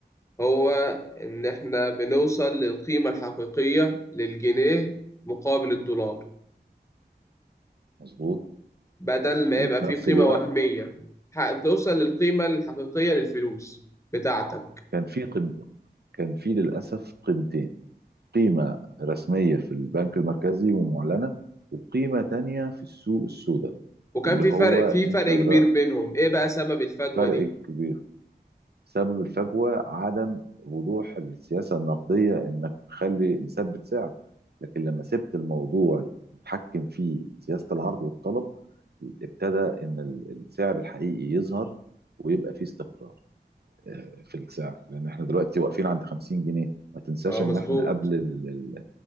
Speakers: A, on the left; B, on the right.
A: هو إن إحنا بنوصل للقيمة الحقيقية للجنيه مقابل الدولار
B: مظبوط
A: بدل ما
B: وفي
A: يبقى فيه
B: نفس
A: قيمة
B: الوقت
A: وهمية ح- بتوصل للقيمة الحقيقية للفلوس بتاعتك
B: كان في قم... كان في للاسف قيمتين قيمة رسمية في البنك المركزي ومعلنة وقيمة تانية في السوق السوداء
A: وكان
B: اللي
A: في
B: هو
A: فرق
B: انت
A: في فرق
B: در-
A: كبير بينهم إيه بقى سبب الفجوة
B: فرق
A: دي؟
B: كبير سبب الفجوة عدم وضوح السياسة النقدية انك بتخلي مثبت سعر لكن لما سبت الموضوع يتحكم فيه سياسة العرض والطلب ابتدى ان ال- السعر الحقيقي يظهر ويبقى فيه استقرار آه، في السعر لان احنا دلوقتي واقفين عند 50 جنيه ما تنساش
A: آه مظبوط
B: ان احنا قبل ال-